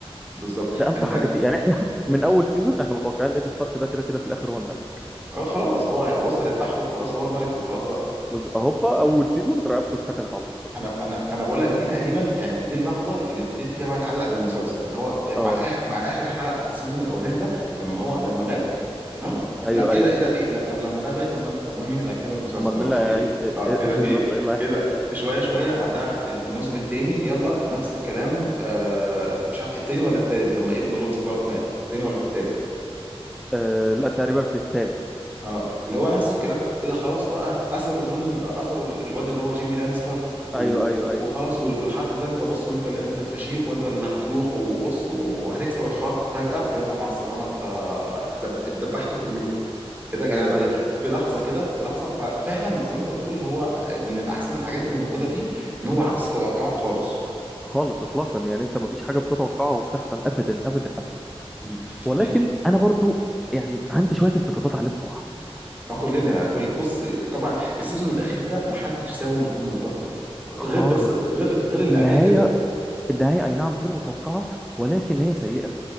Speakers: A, on the right; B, in the centre.
A: بالظبط
B: ده امتع
A: انا ده-
B: حاجه فيه يعني احنا <laughs> من اول سيزون احنا متوقعين ان ايد ستارك ده كده كده في الاخر هو الملك
A: اه خلاص هو بص هيذبحهم خلاص هو الملك وخلاص بقى
B: بس هوبا اول سيزون رقبته اتكلت على الله
A: انا انا انا بقول لك دي تقريبا يعني دي اللحظه اللي ابتديت فيها بقى اتعلق بالمسلسل ان هو
B: <laughs>
A: في
B: اه
A: مع اخر مع اخر حلقه في السيزون الاولاني ده لما هو لما مات تمام
B: ايوه
A: لا ايه
B: ايوه
A: ده ايه ده في إيه؟ لا طب لما ده مات امال امال مين اللي هيكمل المسلسل
B: امال مين
A: هو
B: اللي
A: في
B: هيعيش
A: ايه
B: ايه إيه-
A: اه ايه
B: إيه
A: ده
B: الهزار
A: في ايه
B: ده ايه اللي هيحصل
A: ايه ده شويه شويه بعدها الموسم الثاني يلا نفس الكلام آه مش عارف الثاني ولا الثالث لما ابنه روب ستارك مات في الثاني ولا في الثالث
B: آه لا تقريبا في الثالث
A: اه اللي هو نفس الكلام اذا خلاص بقى اثروا جون اثروا الواد اللي هو جيمي لانستر و-
B: ايوه ايوه
A: وخلاص
B: ايوه
A: وال- والحرب ده انت بص
B: <clears throat>
A: انت ال- انت الفشيخ وانت اللي هتروح وبص وهتكسب الحرب فجأة يلا مع السلامة انت دب اتدبحتوا كلكم ايه ده يا جدعان
B: ايوه
A: ده
B: ايوه
A: لا- في لحظه كده في لحظه ففعلا زي ما انت بتقول هو من الاحسن الحاجات اللي موجوده فيه ان هو عكس توقعك خالص
B: خالص اطلاقا يعني انت مفيش حاجه بتتوقعها وبتحصل ابدا ابدا ابدا
A: مم.
B: ولكن
A: يعني
B: انا برضو يعني عندي شويه انتقادات عليه بصراحه
A: كلنا كل بص طبعا السيزون الاخير ده ما حدش سابه من غير ما ينتقده
B: خالص
A: غير بس غير غير اللي
B: النهاية
A: قبل كده
B: النهاية أي نعم غير متوقعة ولكن هي سيئة